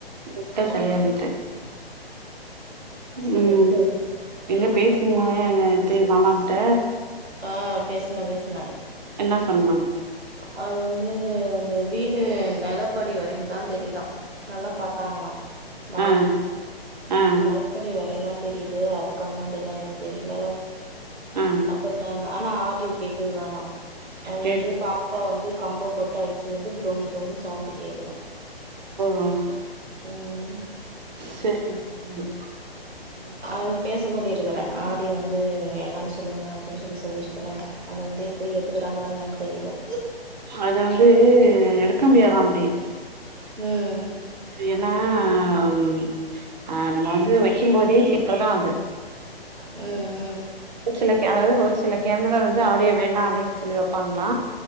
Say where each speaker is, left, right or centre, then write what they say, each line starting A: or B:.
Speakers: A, on the right; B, on the right.
A: முட்ட சரியாகிட்டு
B: சேரிங்க
A: ம்.
B: தோழி
A: எங்க பேசுங்க <unintelligible> மாமா கிட்ட
B: ஆ பேசுன பேசுன.
A: என்னா சொன்னாங்
B: அது வந்து அந்த வீடு நெலப்படி வரைகிந்தா தெரியுதா. நல்லா பாத்தாங்களா வாங்கி
A: ஆ ஆ
B: நெலப் படி வரையுந்தா தெரியுது அதுக்கு அந்தாண்ட எல்லா எது தெரில.
A: அ
B: ப்ன்னாங்க ஆனா ஆடியோ கேக்குதுதானா அது
A: கேட்
B: இது பா ப்பா வந்து கம்ப போட்டு அடிச்சது வந்து டொம் டொம்னு சவுண்டு கேக்குதா.
A: ம்
B: ம்
A: சேரி <inaudible>
B: ம் அது பேச சொல்லிருக்கறே ஆடியோ வந்து வேணான் சொல்லுங்க அப்பின் சொல்லி சொல்லிருக்குறே. அது வந்து எப்பிடி ஏத்துக்குறாங்களா என்னன் தெரில.
A: அத வந்து எடுக்க முடியாதா அப்டி.
B: ம்.
A: <inaudible> ஏனா ம் ஆ நம்ம வந்து வக்கிம்போதே <inaudible> தா அது.
B: ம் ம்.
A: <inaudible> சில கே அதாவது ஒரு சில கேமரா வந்து ஆடியோ வேண்டா அப்டின் சொல்லி வெப்பாங்ளா.